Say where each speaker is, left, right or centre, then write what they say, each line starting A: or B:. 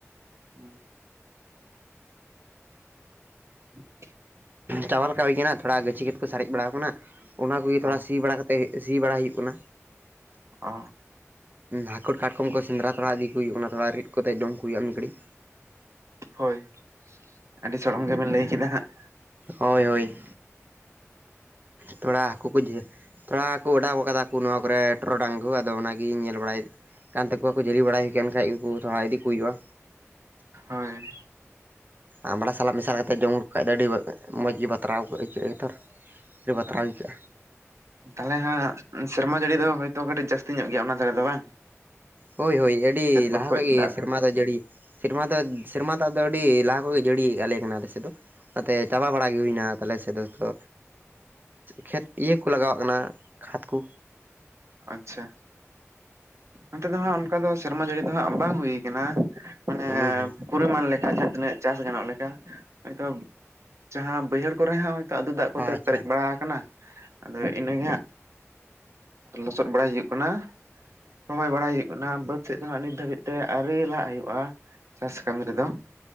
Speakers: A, on the right; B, on the right.
A: <unintelligible> <inaudible>
B: ᱪᱟᱵᱟ ᱞᱮᱠᱟ ᱦᱩᱭ ᱟᱠᱟᱱᱟ ᱛᱷᱚᱲᱟ ᱜᱟᱹᱪᱷᱤ ᱜᱮᱫ ᱠᱚ ᱥᱟᱨᱮᱡ ᱵᱟᱲᱟ ᱟᱠᱟᱱᱟ ᱚᱱᱟ ᱠᱚᱜᱮ ᱛᱷᱚᱲᱟ
A: ᱚ
B: ᱥᱤ ᱵᱟᱲᱟ ᱠᱟᱛᱮ ᱛᱮ ᱥᱤ ᱵᱟᱲᱟ ᱦᱩᱭᱩᱜ ᱠᱟᱱᱟ,
A: ᱚ
B: ᱦᱟᱹᱠᱩᱲ ᱠᱟᱴᱠᱚᱢ ᱠᱚ ᱥᱮᱸᱫᱽᱨᱟ ᱛᱚᱨᱟ ᱤᱫᱤ ᱠᱚ ᱦᱩᱭᱩᱜ ᱠᱟᱱᱟ ᱛᱷᱚᱲᱟ ᱨᱤᱫ ᱠᱟᱛᱮᱫ ᱡᱚᱢ ᱠᱚ ᱦᱩᱭᱩᱜᱼᱟ ᱢᱤᱫ ᱜᱷᱟᱹᱲᱤᱡ,
A: ᱦᱳᱭ ᱟᱹᱰᱤ ᱥᱚᱲᱚᱢ ᱜᱮᱵᱮᱱ ᱞᱟᱹᱭ ᱠᱮᱫᱟ ᱦᱟᱸᱜ
B: ᱦᱳᱭ ᱦᱳᱭ, ᱛᱷᱚᱲᱟ ᱦᱟᱹᱠᱩ ᱠᱚ ᱡᱷᱟ ᱛᱷᱚᱲᱟ ᱠᱚ ᱚᱰᱟᱣ ᱟᱠᱟᱫᱟ ᱠᱚ ᱱᱚᱣᱟ ᱠᱚᱨᱮ ᱴᱚᱨᱚᱰᱟᱝ ᱠᱚ ᱟᱫᱚ ᱚᱱᱟᱜᱤᱧ ᱧᱮᱞ ᱵᱟᱲᱟᱭ ᱠᱟᱱ ᱛᱟᱠᱚᱣᱟ ᱠᱚ ᱡᱷᱟᱹᱞᱤ ᱵᱟᱲᱟᱭ ᱟᱠᱟᱱ ᱠᱷᱟᱡ ᱩᱱᱠᱩ ᱛᱷᱚᱲᱟ ᱤᱫᱤ ᱠᱚ ᱦᱩᱭᱩᱜᱼᱟ,
A: ᱦᱚᱭ
B: ᱟᱢᱲᱟ ᱥᱟᱞᱟᱜ ᱢᱮᱥᱟᱞ ᱠᱟᱛᱮ ᱡᱚᱢ ᱠᱷᱟᱡ ᱫᱚ ᱟᱹᱰᱤ ᱢᱚᱡᱽ ᱜᱮ ᱵᱟᱛᱨᱟᱣ ᱟᱹᱭᱠᱟᱹᱜ ᱜᱮᱛᱚ ᱞᱮ ᱵᱟᱛᱨᱟᱣ
A: ᱦᱳᱭ
B: ᱦᱩᱭ ᱠᱟᱜ-ᱟ,
A: ᱛᱟᱦᱚᱞᱮ ᱦᱟᱸᱜ ᱥᱮᱨᱢᱟ ᱡᱟᱹᱲᱤ ᱫᱚ ᱦᱳᱭ ᱛᱳ ᱠᱟᱹᱴᱤᱡ ᱡᱟᱹᱥᱛᱤ ᱧᱚᱜ ᱜᱮᱭᱟ ᱚᱱᱟ ᱫᱷᱟᱨᱮ ᱫᱚ ᱵᱟᱝ,
B: ᱦᱳᱭ ᱦᱳᱭ ᱟᱹᱰᱤ
A: ᱠᱷᱮᱛ ᱵᱟᱹᱫᱽ
B: ᱞᱟᱦᱟ ᱠᱷᱚᱡ ᱜᱮ ᱥᱮᱨᱢᱟ
A: ᱫᱚ
B: ᱫᱟᱜ ᱡᱟᱹᱲᱤ, ᱥᱮᱨᱢᱟ ᱫᱚ ᱥᱮᱨᱢᱟ ᱫᱟᱜ ᱫᱚ ᱟᱹᱰᱤ ᱞᱟᱦᱟ ᱠᱚᱜᱮ ᱡᱟᱹᱲᱤᱭᱮᱫ ᱟᱞᱮ ᱠᱟᱱᱟ ᱟᱞᱮᱥᱮᱫ ᱫᱚ ᱚᱱᱟᱛᱮ ᱪᱟᱵᱟ ᱵᱟᱲᱟᱟᱜ ᱜᱮ ᱦᱩᱭᱱᱟ ᱛᱟᱦᱚᱞᱮ ᱥᱮᱫ ᱫᱚ ᱠᱷᱮᱛ ᱤᱭᱟᱹ ᱠᱚ ᱞᱟᱜᱟᱣᱟᱜ ᱠᱟᱱᱟ ᱠᱷᱟᱛ ᱠᱩ
A: ᱟᱪᱪᱷᱟ ᱚᱱᱛᱮ ᱫᱚ ᱦᱟᱸᱜ ᱚᱱᱠᱟ ᱫᱚ ᱥᱮᱨᱢᱟ ᱡᱟᱹᱲᱤ ᱫᱚ ᱦᱟᱸᱜ ᱵᱟᱝ ᱦᱩᱭ ᱠᱟᱱᱟ᱾ ᱢᱟᱱᱮ
B: ᱦᱩᱸ ᱦᱩᱸ
A: ᱯᱚᱨᱤᱢᱟᱱ ᱞᱮᱠᱟ ᱡᱟᱦᱟᱸ ᱛᱤᱱᱟᱹᱜ ᱪᱟᱥ ᱜᱟᱱᱚᱜ ᱞᱮᱠᱟ ᱦᱚᱭᱛᱚ ᱡᱟᱦᱟᱸ ᱵᱟᱹᱭᱦᱟᱹᱲ ᱠᱚᱨᱮ ᱦᱚᱸ ᱛᱚᱛᱩ ᱫᱟᱜ ᱠᱚᱛᱮ
B: ᱟᱪᱪᱷᱟ
A: ᱯᱮᱨᱮᱡ ᱵᱟᱲᱟ ᱠᱟᱱᱟ ᱟᱫᱚ ᱤᱱᱟᱹᱜᱮ ᱦᱟᱸᱜ ᱞᱚᱥᱚᱫ ᱵᱟᱲᱟᱭ ᱦᱩᱭᱩᱜ ᱠᱟᱱᱟ᱾ ᱨᱚᱦᱚᱭ ᱵᱟᱲᱟᱭ ᱦᱩᱭᱩᱜ ᱠᱟᱱᱟ ᱵᱟᱹᱫ ᱥᱮᱡ ᱦᱟᱸᱜ ᱱᱤᱛ ᱫᱷᱟᱹᱵᱤᱡ ᱛᱮ ᱟᱨᱮ ᱞᱟᱦᱟᱜ ᱦᱩᱭᱩᱜ-ᱟ᱾ ᱪᱟᱥ ᱠᱟᱹᱢᱤ ᱨᱮᱫᱚ